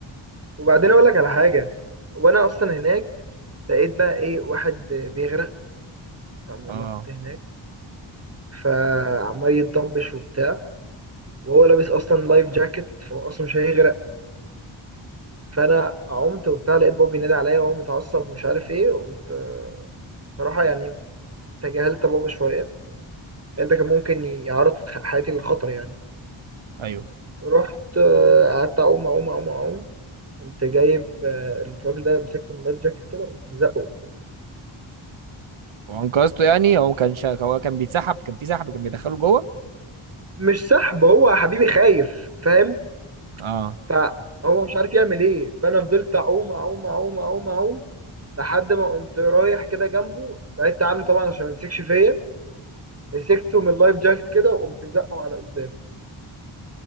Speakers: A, on the right; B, on the right.
A: وبعدين أقول لك على حاجة وأنا أصلا هناك لقيت بقى إيه واحد بيغرق لما
B: اه
A: كنت هناك فعمال يتضبش وبتاع وهو لابس اصلا لايف جاكيت فهو اصلا مش هيغرق فانا عمت وبتاع لقيت بابا بينادي عليا وهو متعصب ومش عارف ايه قمت آه، صراحه يعني تجاهلت بابا شويه لأن ده كان ممكن يعرض حياتي للخطر يعني
B: ايوه
A: رحت آه، قعدت اعوم اعوم اعوم اعوم قمت جايب آه، الراجل ده مسكته من اللايف جاكيت كده وقمت زقه قمت
B: وانقذته يعني هو ما كانش هو كان بيتسحب كان في سحب كان بيدخله جوه
A: مش سحب هو يا حبيبي خايف فاهم
B: اه
A: فهو مش عارف يعمل ايه فانا فضلت اعوم اعوم اعوم اعوم اعوم لحد ما قمت رايح كده جنبه بعدت عنه طبعا عشان ما يمسكش فيا مسكته من اللايف جاكيت كده وقمت زقه على قدام